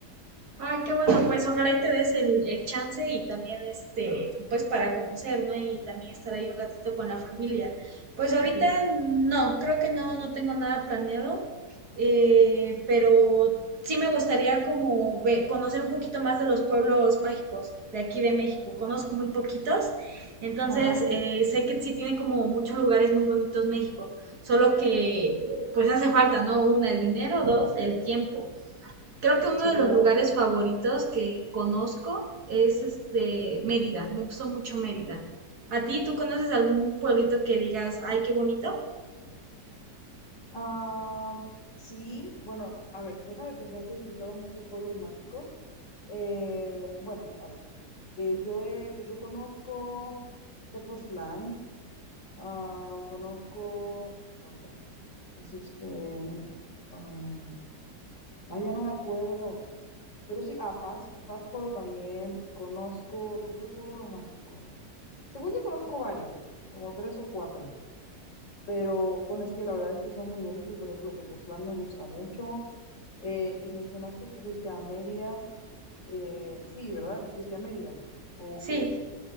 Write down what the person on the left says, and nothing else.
Sí.
Ah,
sí,
claro.
Ah, sí, bueno, a ver, déjame pensar si he visitado muchos pueblos mágicos. Eh, bueno, a ver, eh, yo, he- yo conozco Tepoztlán, ah, conozco, ¿cuál es la otra? Es este, ah, Ah, ya no me acuerdo. Pero sí, a Pascu- Pátzcuaro también conozco. ¿Qué otro pueblo mágico? Según yo conozco varios, como tres o cuatro. Pero bueno, es que la verdad es que son muy bonitos. Por ejemplo, Tepoztlán me gusta mucho. Eh, y mencionaste que fuiste a Mérida. Eh, sí, ¿verdad? Fuiste a Mérida. ¿O quieres
ir?